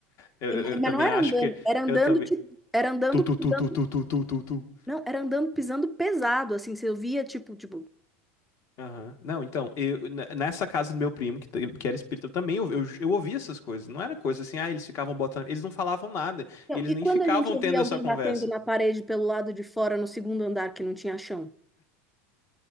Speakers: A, on the left; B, in the centre.
A: eu,
B: E- mas
A: eu- eu também
B: não era
A: acho
B: andando,
A: que
B: era andando,
A: eu também.
B: tipo, era andando
A: Tu, tu,
B: pisando,
A: tu, tu, tu, tu, tu, tu, tu.
B: não, era andando pisando pesado, assim, você ouvia tipo, tipo.
A: Aham. Não, então, eu, n- nessa casa do meu primo, que, t- que era espírita, eu também eu, eu, eu ouvia essas coisas. Não era coisa assim, ah, eles ficavam botando. Eles não falavam nada.
B: Então,
A: E eles
B: E
A: nem
B: quando
A: ficavam
B: a gente ouvia
A: tendo
B: alguém
A: essa conversa.
B: batendo na parede pelo lado de fora no segundo andar que não tinha chão?